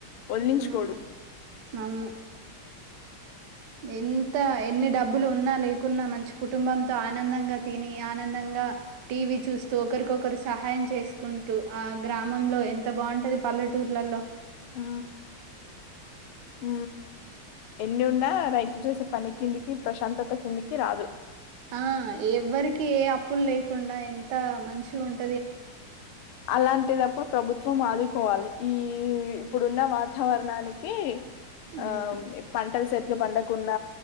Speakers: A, on the left (about 85°); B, on the right (about 60°).
A: వదిలించుకోడు
B: ఉమ్ అవును ఎంత ఎన్ని డబ్బులు ఉన్నా లేకున్నా మంచి కుటుంబంతో ఆనందంగా తిని ఆనందంగా టీవ చూస్తూ ఒకరికొకరు సహాయం చేసుకుంటూ ఆ గ్రామంలో ఎంత బాగుంటది పల్లెటూరు ఇ
A: ఆ హ ఎన్ని ఉన్నా రైట్ గుర్తు చేసే పని కిందికి ప్రశాంతత కిందికి రాదు
B: ఆ ఎవ్వరికి ఏ అప్పులు లేకుండా ఎంత మంచి ఉంటు
A: అలాంటిటప్పుడు ప్రభుత్వం ఆదుకోవాలి ఈ ఇప్పుడున్న వాతావరణానికి
B: ఉమ్,
A: ఆ పంటలు సరిగగా పండకున్న